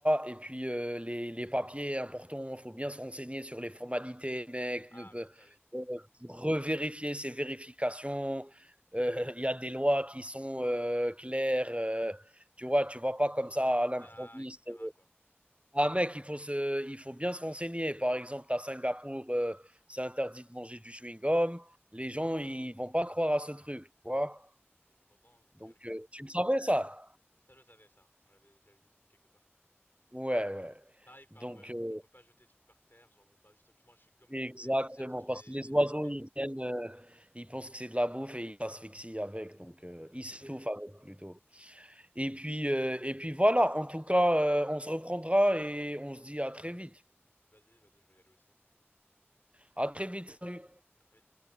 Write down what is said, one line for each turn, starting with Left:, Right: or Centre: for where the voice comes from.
Right: et puis, heu, les les papiers importants, il faut bien se renseigner sur les formalités, mec,
Left: Ah
Right: ne pe
Left: oui, ça oui.
Right: heu, revérifier ces vérifications. Heu, <laughs> il y a des lois qui sont, heu, claires, heu, tu vois? Tu vas pas comme
Left: Bah, genre
Right: ça
Left: le visa,
Right: à l'improviste.
Left: etc., quoi.
Right: Ah mec, il faut se il faut bien se renseigner. Par exemple, à Singapour, heu, c'est interdit de manger du chewing-gum. Les gens, ils vont pas croire à ce truc, tu vois?
Left: Et pourtant, euh,
Right: Donc
Left: c'est bien le cas.
Right: heu, tu le savais ça?
Left: Ça, je le savais, ça. On l'avait déjà vu quelque part.
Right: Ouais, ouais.
Left: Pareil, par
Right: Donc,
Left: exemple, euh,
Right: heu,
Left: on peut pas jeter des trucs par terre, genre, bah, justement, un chewing-gum,
Right: exactement,
Left: tu le mets par terre, tu te fais
Right: parce que les oiseaux,
Left: allumer.
Right: ils viennent, heu, ils pensent que c'est de la bouffe et ils s'asphyxient avec, donc, heu,
Left: Ouais.
Right: ils s'étouffent avec plutôt. Et puis, heu, et puis voilà, en tout cas, heu, on se reprendra et on se dit à très vite.
Left: Vas-y, vas-y, je vais y aller aussi.
Right: À très vite, salut.
Left: À très vite.